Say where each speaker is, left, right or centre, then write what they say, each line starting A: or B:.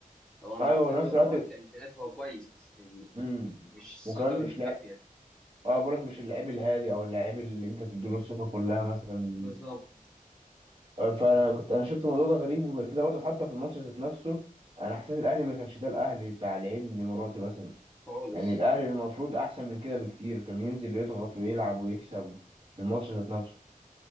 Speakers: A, in the centre; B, on the right.
A: هو مع
B: ايوه
A: احترامي
B: في نفس
A: هو
B: الوقت
A: طبعا كامكانيات هو كويس بس يعني
B: امم
A: مش الثقه
B: وكمان
A: الكافيه
B: مش لا اه بقولك مش اللعيب الهادي او اللعيب اللي انت تديله الثقه كلها مثلا
A: بالظبط
B: آه، فانا كنت انا شفت الموضوع ده غريب وغير كده برضه حتى في الماتش ذات نفسه انا حسيت الاهلي ما كانش ده الاهلي بتاع لعيب مراتي مثلا
A: خالص
B: يعني الاهلي المفروض احسن من كده بكتير كان ينزل يضغط ويلعب ويكسب في الماتش ذات نفسه